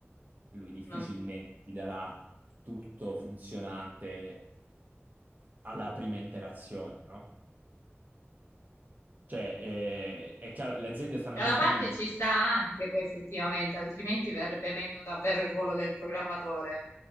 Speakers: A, on the right; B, on the left.
A: lui difficilmente
B: Non-
A: ti darà tutto funzionante alla prima interazione, no? Cioè, eh, è chiaro, le aziende stanno
B: Dalla
A: cercando
B: parte
A: di...
B: ci sta anche poi effettivamente, altrimenti verrebbe meno davvero il ruolo del programmatore.